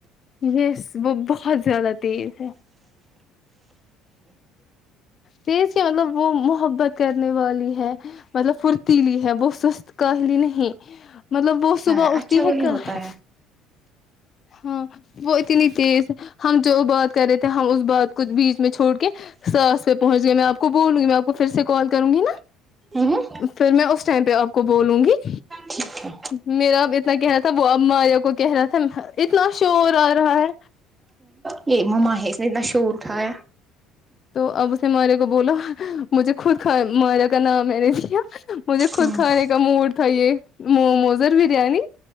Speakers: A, on the left; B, on the right.
A: یس وہ بہت زیادہ تیز ہے تیز کی مطلب وہ محبت کرنے والی ہے مطلب پھرتیلی ہے وہ سست کاہلی نہیں مطلب
B: اچھا
A: وہ صبح اٹھ
B: اچھا
A: ت ہے
B: وہی
A: کا
B: ہوتا
A: ہے ہاں وہ اتنی تیز ہم جو بات کر رہے تھے ہم اس بات کو بیچ میں چھوڑ کے ساس پھر پہنچ گیا میں آپ کو بولوں گی میں آپ کو پھر سے کال کروں گی نا
B: ہوں
A: پھر میں اس ٹائم پہ آپ کو بولوں گی
B: ٹھیک ہے
A: میرا اب اتنا کہہ رہا تھا وہ اب ماریا کو کہ رہا تھا اتنا شور آ رہا ہے
B: یہ مما ہے اس نے اتنا شور اٹھایا
A: تو اب اس نے ماریہ کو بولا مجھے خود ک ماریہ کا نام میں نے لیا مجھے خود
B: ہوں
A: کھانے کا موڈ تھا یہ موموز اور بریانی